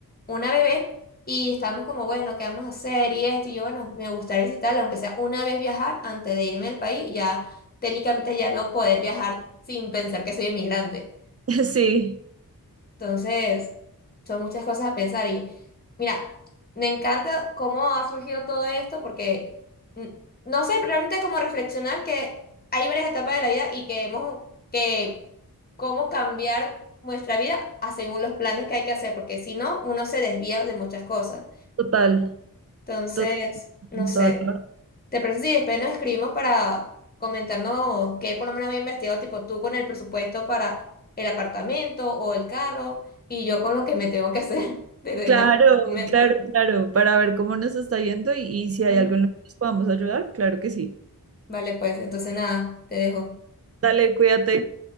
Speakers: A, on the left; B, on the right.
A: una bebé y estamos como, bueno, ¿qué vamos a hacer? Y esto, y yo, bueno, me gustaría visitarla, aunque sea una vez viajar antes de irme del país, y ya técnicamente ya no poder viajar sin pensar que soy inmigrante.
B: <laughs> sí,
A: Entonces, son muchas cosas a pensar y mira, me encanta cómo ha surgido todo esto porque mm, no sé pero realmente cómo reflexionar que hay varias etapas de la vida y que hemos que cómo cambiar nuestra vida a según los planes que hay que hacer, porque si no, uno se desvía de muchas cosas.
B: total,
A: Entonces,
B: total,
A: no sé.
B: toda la razón.
A: ¿Te parece si después nos escribimos para comentarnos qué por lo menos había investigado, tipo tú con el presupuesto para el apartamento o el carro y yo con lo que me tengo que hacer <laughs> de demás
B: Claro,
A: documentos?
B: claro, claro, para ver cómo nos está yendo y, y si hay
A: Ujú.
B: algo en lo que nos podamos ayudar, claro que sí.
A: Vale, pues entonces nada, te dejo.
B: Dale, cuídate.